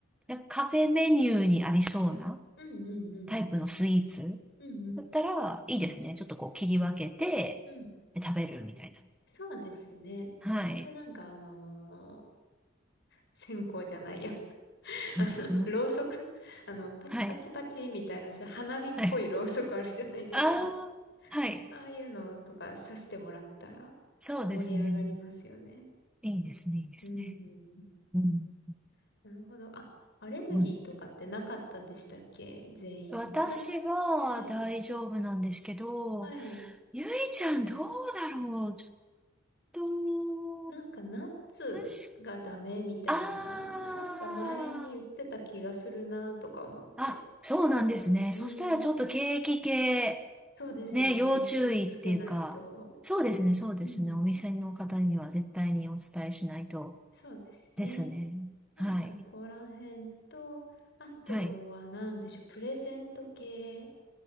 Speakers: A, in the centre; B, on the left.
A: なんかカフェメニューにありそうな
B: うん、うん、うん、
A: タイプのスイーツ
B: うん、うん、
A: だったらいいですね。ちょっとこう切り分けて食べるみたいな。
B: うん。そうですね。
A: はい。
B: で、なんかあのー線香じゃないや。<laughs>
A: <laughs>
B: あの、ろうそくあの、パチパチパチみたいな、
A: はい。
B: そういう花火っぽいろうそくあるじゃないですか。
A: はい。ああ、はい。
B: ああいうのとかさしてもらったら
A: そうですね。
B: 盛り上がりますよね。
A: いいですね、いいですね。
B: うんうんうん。
A: うん。
B: なるほど。あ、アレルギーとかってなかったでしたっけ全員。
A: うん私は大丈夫なんですけど、
B: 私、はい。はい。
A: ゆいちゃんどうだろうちょっと、
B: なんかナッツがダメみたいな、
A: もし、あ
B: なんか前に言ってた気がするなとか思って。
A: ー、あ、そうなんですね。
B: うん。
A: そしたらちょっと景気系、
B: そうですよね。
A: ね、要注意っていうか、
B: 気をつけないと。
A: そうですね、そうですね。
B: うんうん。
A: お店の方には絶対にお伝えしないと
B: そうですね。
A: ですね。
B: じゃあそこら辺と、
A: はい。
B: あとは何でしょう。
A: はい。
B: プレゼント系。